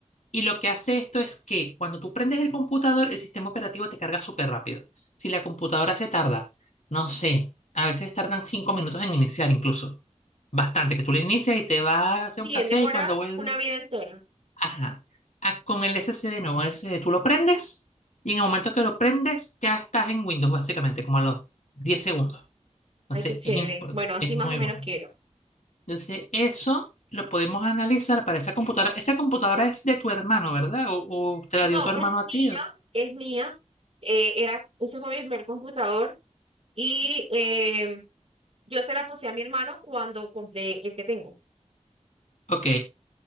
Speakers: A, on the left (about 70°); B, on the right (about 55°).
A: Y lo que hace esto es que cuando tú prendes el computador, el sistema operativo te carga súper rápido. Si la computadora se tarda, no sé, a veces tardan cinco minutos en iniciar incluso. Bastante, que tú le inicias y te vas a hacer
B: Sí,
A: un café
B: él demora
A: y cuando vuelves,
B: una vida entera.
A: ajá. Ah, con el SSD, no, con el SSD tú lo prendes y en el momento que lo prendes ya estás en Windows básicamente, como a los 10 segundos. Entonces
B: Ay, qué chévere.
A: es importante,
B: Bueno, así
A: es
B: más
A: muy
B: o menos
A: bueno.
B: quiero.
A: Entonces, eso lo podemos analizar para esa computadora. Esa computadora es de tu hermano, ¿verdad? ¿O, o te la
B: No,
A: dio tu hermano
B: es
A: a
B: mía,
A: ti?
B: es mía. Eh, era, ese fue mi primer computador y em, yo se la pasé a mi hermano cuando compré el que tengo.
A: Ok,